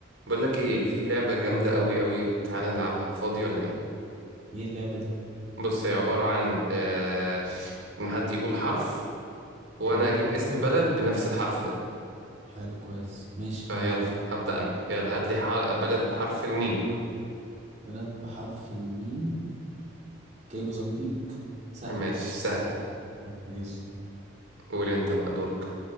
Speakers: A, on the right; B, on the right.
A: بقول لك ايه في لعبة جامدة قوي قوي تعالى نلعبها فاضي ولا ايه
B: ايه اللعبة دي
A: بص هي عبارة عن آه ان حد يقول حرف
B: اوكي
A: وانا اجيب اسم بلد بنفس الحرف ده
B: حلو كويس ماشي
A: فيلا
B: انا معاك
A: هبدأ انا يلا هات لي حر... بلد بحرف الميم
B: بلد بحرف الميم اوكي موزمبيق سهل
A: ماشي سهلة
B: <laughs> ماشي
A: قول انت بقى دورك